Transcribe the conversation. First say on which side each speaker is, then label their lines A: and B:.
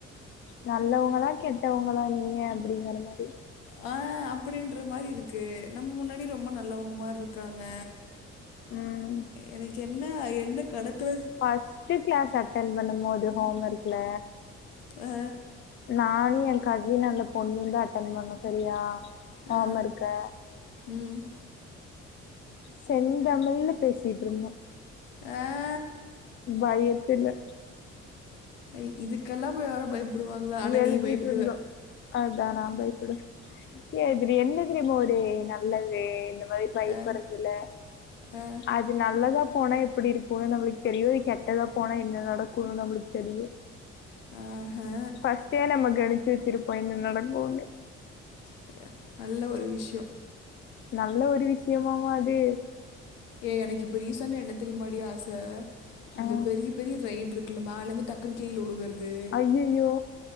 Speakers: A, on the left (about 35°); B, on the left (about 85°).
A: நல்லவங்களா கெட்டவங்களா நீங்க அப்டிங்கற மாரி
B: ஆ அப்பிடின்ற மாரி இருக்கு நம்ம முன்னாடி ரொம்ப நல்லவங்க மாரி இருக்காங்க
A: ம்
B: எனக்கு என்ன என்ன கணக்குல
A: ஃபஸ்ட்டு கிளாஸ் அட்டன் பண்ணும் போது ஹோம் ஒர்க்ல
B: ஆ
A: நானு என் கசினு அந்த பொண்ணுந்தா அட்டன் பண்ணோ சரியா ஹோம்
B: ஆ
A: ஒர்க்க
B: ம்
A: செந்தமிழ்ல பேசிட்ருந்தோ
B: ஆ
A: பயத்துல
B: ஏய் இதுக்கல்லா போய் யாரு பயப்படுவாங்களா ஆனா
A: எழுதிட்டு
B: நீ பயப்படுவ
A: இருந்தோ அதா நா பயப்பட ஏ இதுல என்ன தெரியுமா ஒரு நல்லது இந்த மாரி பயப்படறதுல
B: ஆ ஆ
A: அது நல்லதா போனா எப்பிடி இருக்குன்னு நம்மளுக்கு தெரியு கெட்டதா போனா என்ன நடக்குன்னு நம்மளுக்கு தெரியு
B: ஆஹா
A: ஃபஸ்ட்டே நம்ம கணிச்சு வச்சிருப்போ என்ன நடக்குன்னு
B: <inaudible> நல்ல ஒரு விஷ்யோ
A: நல்ல ஒரு விஷ்யமாமா அது
B: ஏ எனக்கு இப்ப ரீசன்டா என்ன தெரியுமாடி ஆச
A: ஆ
B: இந்த பெரிய பெரிய ரைடு இருக்குல்ல மேல இருந்து டக்குன் கீழ உழுகறது
A: ஐயையோ